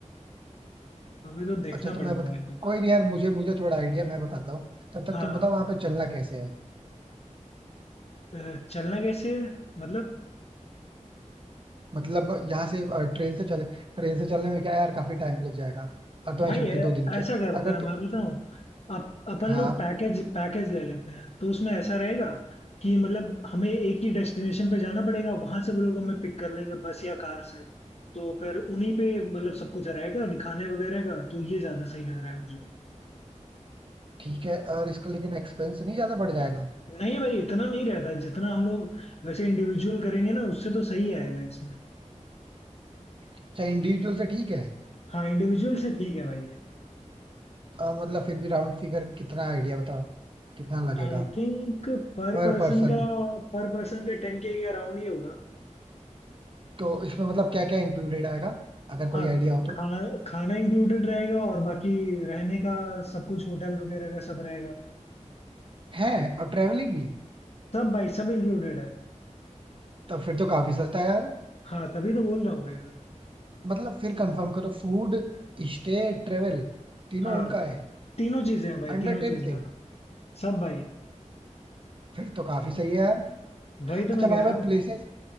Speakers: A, on the left; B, on the right.
A: अभी तो देखना
B: अच्छा तो
A: पड़ेगा
B: मैं बता
A: भाई दोबारा
B: कोई नहीं यार मुझे मुझे थोड़ा आइडिया मैं बताता हूँ तब तक
A: हाँ
B: तुम बताओ वहां पे चलना कैसे है
A: अ, चलना कैसे है? मतलब
B: मतलब यहाँ से ट्रेन से चले ट्रेन से चलने में क्या है यार काफी टाइम लग जाएगा और तुम्हारी
A: भाई
B: छुट्टी
A: ऐ-
B: दो दिन की
A: ऐसा
B: है
A: करते
B: अगर
A: हैं मैं
B: तुम
A: बताऊँ
B: छु-
A: अप, अपन
B: हाँ
A: लोग पैकेज पैकेज ले लेते हैं तो उसमें ऐसा रहेगा कि मतलब हमें एक ही डेस्टिनेशन पे जाना पड़ेगा वहां से वो लोग हमें पिक कर लेंगे बस या कार से तो फिर उन्हीं पे मतलब सब कुछ रहेगा दिखाने वगैरह का तो ये ज्यादा सही लग रहा है
B: ठीक है और इसका लेकिन एक्सपेंस नहीं ज्यादा बढ़ जाएगा
A: नहीं भाई इतना नहीं रहता है जितना हम लोग वैसे इंडिविजुअल करेंगे ना उससे तो सही आएगा इसमें
B: अच्छा इंडिविजुअल से ठीक है
A: हाँ इंडिविजुअल से ठीक है भाई ये
B: अ, मतलब फिर भी राउंड फिगर कितना आइडिया बताओ कितना लगेगा
A: आई थिंक पर
B: पर
A: पर्सन
B: पर्सन
A: का पर पर्सन का टेन के अराउंड ही होगा
B: तो इसमें मतलब क्या क्या इंक्लूडेड आएगा अगर
A: हाँ
B: कोई आइडिया हो
A: खाना
B: तो
A: खाना इंक्लूडेड रहेगा और बाकी रहने का सब कुछ होटल वगैरह का सब रहेगा
B: है और ट्रेवलिंग भी
A: सब भाई सब इंक्लूडेड है
B: तब फिर तो काफी सस्ता है यार
A: हाँ तभी तो बोल रहा हूँ भाई मैं
B: मतलब फिर कंफर्म करो फूड स्टे ट्रेवल तीनों
A: हाँ
B: उनका है
A: तीनों चीजें हैं भाई
B: अंडर
A: तीनों चीजें
B: टेन के
A: हैं सब भाई
B: फिर तो काफी सही है यार
A: वही तो
B: अच्छा
A: मैं
B: वहां
A: कह रहा
B: पे
A: हूँ
B: प्लेसेस